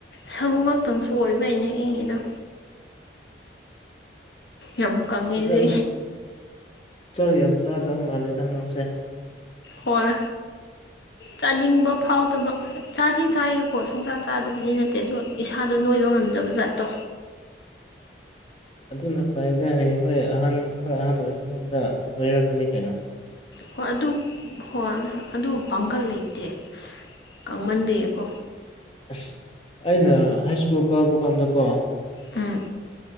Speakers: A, on the left (about 70°); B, on the left (about 30°).
A: ꯁꯔꯨ ꯉꯥꯛꯛꯇꯪꯁꯨ ꯑꯣꯏꯕꯩꯅꯦ ꯏꯪꯉꯤꯗꯣ ꯌꯥꯝ ꯀꯪꯉꯦ
B: ꯐꯖꯅ
A: ꯑꯩꯗꯤ
B: ꯆꯥꯛ ꯌꯥꯝ ꯆꯥꯗꯕ ꯃꯥꯜꯂꯦꯗ ꯅꯪꯁꯦ
A: ꯍꯣꯏ ꯆꯥꯅꯤꯡꯕ ꯐꯥꯎꯗꯕ ꯆꯥꯗꯤ ꯆꯥꯏꯌꯦꯀꯣ ꯁꯨꯡꯆꯥꯛ ꯆꯥꯗꯕꯗꯤ ꯅꯠꯇꯦ ꯑꯗꯣ ꯏꯁꯥꯗꯣ ꯅꯣꯏꯕ ꯉꯝꯗꯕ ꯖꯥꯠꯇꯣ
B: ꯑꯗꯨꯅ ꯐꯥꯏꯗ ꯍꯌꯦꯡ ꯅꯣꯏ ꯑꯍꯟ ꯈꯔ ꯑꯍꯟ ꯑꯣꯏꯕ ꯀꯥꯟꯗ ꯅꯣꯏꯔꯛꯀꯅꯤ ꯀꯩꯅꯣ
A: ꯍꯣꯏ ꯑꯗꯨ ꯍꯣꯏ ꯑꯗꯨ ꯄꯥꯡꯒꯜ ꯂꯩꯇꯦ ꯀꯪꯃꯟ ꯕꯒꯤꯀꯣ
B: ꯑꯁ ꯑꯩꯅ ꯍꯥꯏ ꯁ꯭ꯀꯨꯜ ꯀꯥꯕ ꯀꯥꯟꯗ ꯀꯣ
A: ꯑꯝ